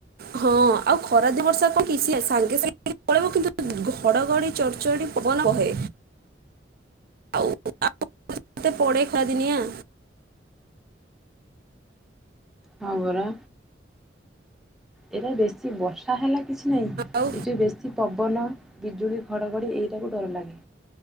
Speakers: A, on the right; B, in the centre.
A: ହଁ ଆଉ ଖରା ଯେ ବର୍ଷା କଣ କିଛି ସାଙ୍ଗେ ସାଙ୍ଗେ ପଳେଇବ କିନ୍ତୁ ଘଡଘଡି ଚଡଚଡି ପବନ ବହେ ଆ <unintelligible> ପଡେ ଖରା ଦିନିଆ।
B: ହଁ ପରା। ଏଟା ବେଶୀ ବର୍ଷା ହେଲା କିଛି ନାହିଁ
A: ଆଉ
B: ଏ ଯଉ ବେଶୀ ପବନ ବିଜୁଳି ଘଡ଼ଘଡ଼ି ଏଇଟାକୁ ଡର ଲାଗେ।